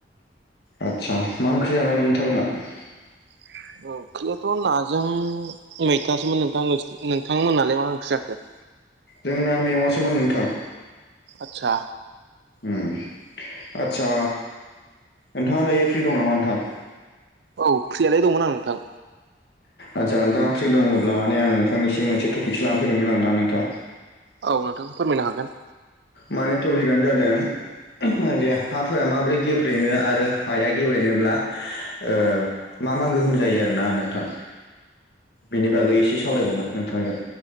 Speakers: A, on the left; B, on the right.
A: आदसा मा ओंख्रि जानायमोन नोंथांमोनहा?
B: <unintelligible> ओंख्रियाथ' नाजों मैथासोमोन नोंसि नोंथां नोंथांमोन नालाय मा ओंख्रि जाखो? <unintelligible>
A: जोंना मेउवासोमोन नोंथां।
B: आतसा
A: उम आदसा नोंथांङा दायो फ्रि दं नामा नोंथां?
B: औ फ्रियालाय दंमोन आं नोंथां।
A: आदसा नोंथांङा फ्रि दंङब्ला माने आं नोंथांनिसिम मोनसे टपिकसो लानानै फैदोंमोन आरो ना नोंथां।
B: औ नोंथां फोरमायनो हागोन।
A: माने टपिकआनो जादों उमहु हाफोरा माबोरै गेब्रेंङो आरो हाया गेब्रेंङोब्ला ओ मा मा गोहोम जायो आरोना नोंथां बेनि बागै एसे साव सावरायगौमोन नोंथांजों